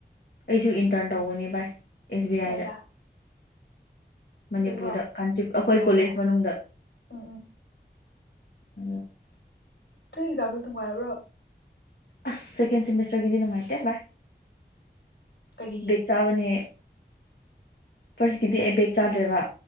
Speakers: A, on the left (about 65°); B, on the left (about 85°).
A: ꯑꯩꯖꯨ ꯏꯟꯇꯔꯟ ꯇꯧꯒꯅꯤ ꯚꯥꯏ ꯑꯦꯁꯕꯤꯑꯥꯏꯗ
B: ꯀꯗꯥꯏꯗ ꯍꯧꯖꯤꯛꯔꯣ
A: ꯃꯅꯤꯄꯨꯔꯗ ꯀꯥꯟꯆꯤꯞ ꯑꯩꯈꯣꯏ
B: ꯌꯥꯏ
A: ꯀꯣꯂꯦꯖ
B: ꯌꯥꯏ
A: ꯃꯅꯨꯡꯗ
B: ꯎꯝ ꯎꯝ
A: ꯑ
B: ꯒꯤ ꯏꯛꯖꯥꯝꯗꯨ ꯅꯨꯡꯉꯥꯏꯕꯔꯣ
A: ꯑꯁ ꯁꯦꯀꯦꯟ ꯁꯤꯃꯤꯁꯇꯔꯒꯤꯗꯤ ꯅꯨꯡꯉꯥꯏꯇꯦ ꯚꯥꯏ꯫
B: ꯀꯔꯤꯒꯤ
A: ꯕꯦꯛ ꯆꯥꯒꯅꯤ ꯐꯥꯔꯁꯀꯤꯗꯤ ꯑꯩ ꯕꯦꯛ ꯆꯥꯗ꯭ꯔꯦꯕ